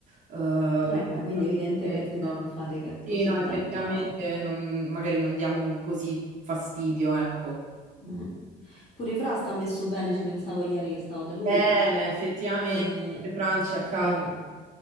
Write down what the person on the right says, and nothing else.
eh,
per
questo.
Sì,
no, effettivamente
non- magari non diamo così fastidio, ecco.
Eh, effettivamente,
Franci a casa.